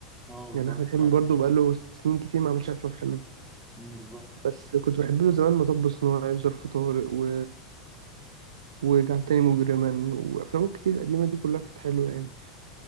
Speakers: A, in the centre; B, on the right.
A: اه بالظبط
B: يعني احمد
A: فاهم
B: حلمي برضه بقى له سنين كتير ما عملش افلام حلوه
A: أمم، بالظبط
B: بس كنت بحب له زمان مطب صناعي وظرف طارق و... وجعل تاني مجرما وأفلامه كتير قديمة دي كلها كانت حلوة يعني